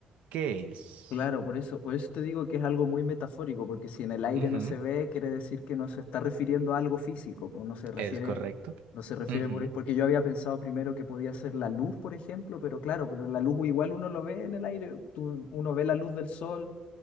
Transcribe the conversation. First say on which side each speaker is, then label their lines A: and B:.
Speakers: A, on the right; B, on the left.
A: ¿Qué es?
B: claro, por eso, por eso te digo que es algo muy metafórico, porque si en el aire
A: Ujú,
B: no se ve, quiere decir que no se está refiriendo a algo físico, pues no se refiere,
A: es correcto.
B: no se refiere
A: Ujú.
B: por- porque yo había pensado primero que podía ser la luz, por ejemplo, pero claro, pero la luz igual uno lo ve en el aire, tú- uno ve la luz del sol